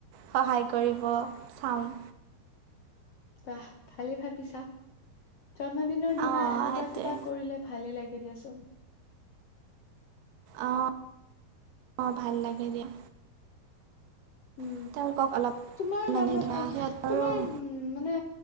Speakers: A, on the right (about 75°); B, on the left (about 60°).
A: সহায় কৰিব চাম।
B: বাহ ভালে ভাবিছা। জন্মদিনৰ দিনা
A: অঁ
B: এনেকুৱা
A: সেইটোৱে
B: কিবা কৰিলে ভালে লাগে দিয়া। চোন
A: অহ অ ভাল লাগে দিয়া।
B: উম
A: তেওঁলোকক অলপ
B: তোমাৰ বাবে
A: মানে ধৰা
B: আহ
A: সিহঁতৰো
B: তোমাৰ উ মানে